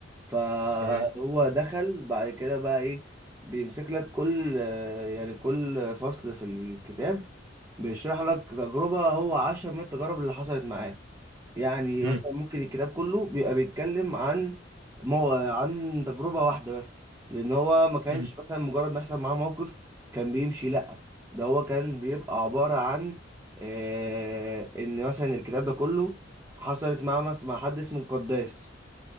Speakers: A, on the right; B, on the right.
A: فهو
B: تمام
A: دخل بعد كده بقى ايه بيمسك لك كل يعني كل فصل في الكتاب بيشرح لك تجربة هو عاشها من التجارب اللي حصلت معاه يعني
B: امم
A: مثلا ممكن الكتاب كله بيبقى بيتكلم عن مو... عن تجربة واحدة بس لأن هو ما كانش
B: امم،
A: مثلا مجرد ما يحصل معاه موقف كان بيمشي لأ ده هو كان بيبقى عبارة عن آه إن مثلا الكتاب ده كله حصلت معاه مس- مع حد اسمه قداس